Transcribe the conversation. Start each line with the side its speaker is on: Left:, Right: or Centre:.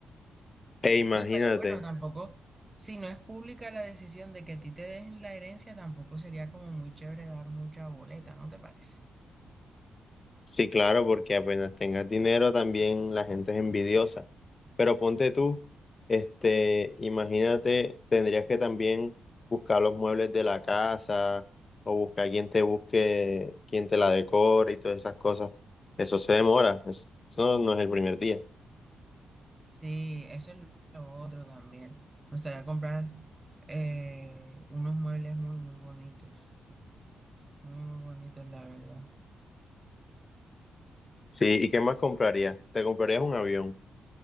Left: E imagínate.
Right: Y pero bueno, tampoco, si no es pública la decisión de que a ti te dejen la herencia, tampoco sería como muy chévere dar mucha boleta, ¿no te parece?
Left: Sí, claro, porque apenas tengas dinero también la gente es envidiosa. Pero ponte tú, este, imagínate, tendrías que también buscar los muebles de la casa o buscar quien te busque, quien te la decore y todas esas cosas. Eso se demora, eso no no es el primer día.
Right: Sí, eso es lo otro también. Me gustaría comprar eh, unos muebles muy, muy bonitos. Muy, muy bonitos, la verdad.
Left: Sí, ¿y qué más comprarías? Te comprarías un avión,